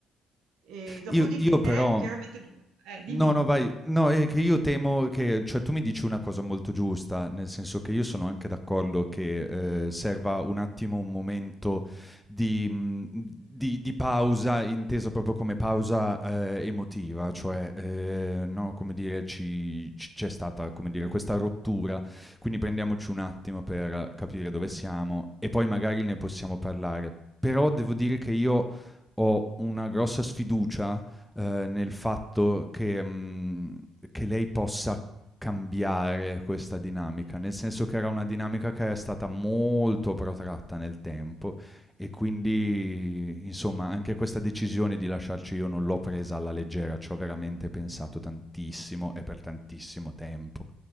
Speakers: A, on the right; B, in the centre.
A: E dopodiché
B: Io io però
A: chiaramente du eh, dimmi.
B: No, no, vai. No, è che io temo che cioè tu mi dici una cosa molto giusta, nel senso che io sono anche d'accordo che, ehm, serva un attimo un momento di mhmm, di di pausa, intesa proprio come pausa, ehm, emotiva, cioè, ehm, no, come dire ci c c'è stata, come dire, questa rottura, quindi prendiamoci un attimo per capire dove siamo e poi magari ne possiamo parlare. Però devo dire che io ho una grossa sfiducia ehm, nel fatto che, mhmm, che lei possa cambiare questa dinamica,
A: Mh-mh,
B: nel
A: mh-mh.
B: senso che era una dinamica che è stata molto protratta nel tempo e quindi, insomma, anche questa decisione di lasciarci io non l'ho presa alla leggera, c'ho veramente pensato tantissimo e per tantissimo tempo.